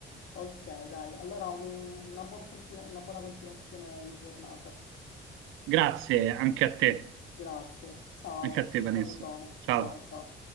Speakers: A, on the left (about 70°); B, on the right (about 85°).
A: Ok, dai, allora un- una buon continu- una buona continuazione di giornata.
B: grazie anche a te,
A: Grazie, ciao,
B: anche a te,
A: un
B: Vanessa.
A: salutone,
B: Ciao.
A: ciao ciao.